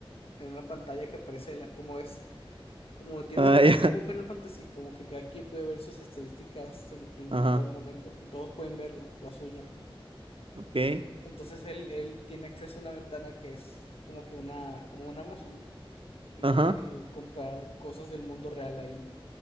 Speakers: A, on the left (about 85°); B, on the right (about 65°).
A: en una pantalla que aparece, la- como es, como tiene
B: Ah,
A: un rollo
B: <laughs>
A: tipo
B: ya.
A: Final Fantasy, como que cada quien puede ver sus estadísticas en, en
B: Ajá,
A: todo el momento y todos pueden verla, la suya.
B: ok,
A: Entonces él, él tiene acceso a una ventana que es como que una, como un Amazon y
B: ajá.
A: puede comprar cosas del mundo real ahí.